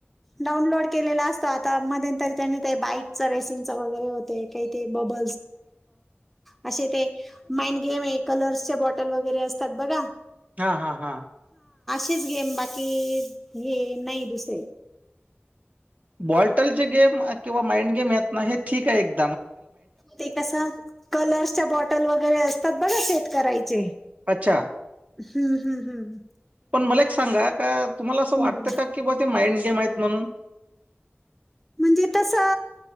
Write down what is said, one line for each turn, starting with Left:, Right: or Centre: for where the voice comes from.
Centre: डाउनलोड केलेला असतो आता मंत त्यांनी बाईक च रेसिंग र हो का ब अस माड गेम कल बॉटल वगैरे असतात बघा
Right: हा हा हा
Centre: च गेम बाकी हे नाही दुसरे
Right: बॉल्टलचे गेम किंवा माइंड गेम आहेत ना हे ठीक आहे एक
Centre: ते कस कलर्सच्या बॉटल वगैरे असतात बघा शेेत करायचे
Right: अच्छा
Centre: हम्म हम् हम
Right: पण मला एक सांगा का तुम्हाला असं
Centre: हम्म.
Right: वाटतं का कि बा ते माइंड य माहित म्हणून
Centre: म्हणजे तस